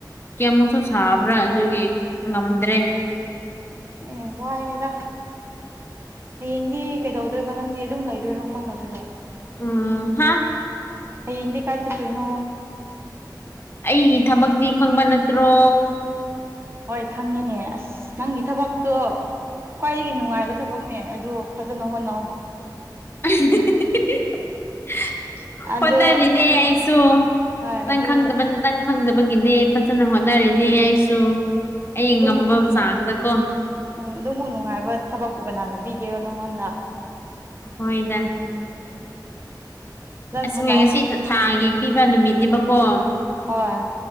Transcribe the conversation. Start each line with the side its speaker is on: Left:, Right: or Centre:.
Left: ꯀꯌꯥꯃꯨꯛꯁꯨ ꯁꯥꯕ꯭ꯔꯥ ꯑꯗꯨꯒꯤ ꯉꯝꯗ꯭ꯔꯦ
Right: ꯑꯩꯅ ꯋꯥꯑꯗ ꯍꯌꯦꯡꯗꯤ ꯀꯩꯗꯧꯗꯣꯏꯕ ꯅꯪꯗꯤ ꯑꯗꯨꯝ ꯂꯩꯗꯣꯏꯔꯣ ꯀꯃꯥꯏꯅ ꯇꯧꯗꯣꯏꯔꯣ
Left: ꯎꯝ ꯍꯥ
Right: ꯌꯦꯤ ꯀꯥꯏ ꯆ ꯄꯩꯅꯨ
Left: ꯑꯩꯒꯤ ꯊꯕꯛꯇꯤ ꯈꯪꯕ ꯅꯠꯇ꯭ꯔꯣ
Right: ꯍꯣꯏ ꯈꯪꯉꯤꯅꯦ ꯑꯁ ꯅꯪꯒꯤ ꯊꯕꯛꯇꯣ ꯈ꯭ꯋꯥꯏꯗꯒꯤ ꯅꯨꯡꯉꯥꯏꯕ ꯊꯕꯛꯅꯦ ꯑꯗꯨ ꯐꯖꯅ ꯍꯣꯠꯅꯧ
Left: ꯑ <unintelligible> <inaudible>
Right: ꯑꯗꯨ
Left: ꯍꯣꯠꯅꯔꯤꯅꯦ ꯑꯩꯁꯨ
Right: ꯍꯣꯏ
Left: ꯅꯪꯕ
Right: ꯑꯗꯨ
Left: ꯅꯪ ꯈꯪꯗꯕꯒꯤꯅꯦ ꯐꯖꯅ ꯍꯣꯠꯅꯔꯤꯅꯦ ꯑꯩꯁꯨ ꯑꯩ
Right: ꯑꯗꯨꯃꯨꯛ
Left: ꯉꯝꯕ ꯆꯥꯡꯗꯀꯣ
Right: ꯎꯝ ꯑꯗꯨꯃꯨꯛ ꯅꯨꯡꯉꯥꯏꯕ ꯊꯕꯛꯄꯨ ꯀꯅꯥꯅꯣ ꯄꯤꯒꯦꯔꯣ ꯅꯪꯉꯣꯟꯗ
Left: ꯍꯣꯏꯗ
Right: ꯐꯖꯅ
Left: ꯑꯁ
Right: ꯍꯣꯠꯅꯧ
Left: ꯉꯁꯤ ꯊꯥꯒꯤ ꯄꯤꯕ ꯅꯨꯃꯤꯠꯅꯦꯕꯀꯣ
Right: ꯍꯣꯏ